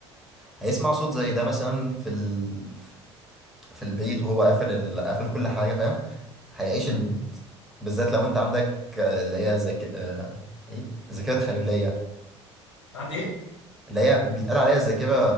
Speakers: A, in the centre; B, on the left.
A: هيسمع صوت زي ده مثلا في ال... في البيت وهو قافل ال... قافل كل حاجه فاهم هيعيش
B: امم
A: المود بالذات لو انت عندك آه، اللي هي ذاك آه، ايه ذاكره تخيليه
B: عندي ايه
A: اللي هي بيتقال عليها ذاكره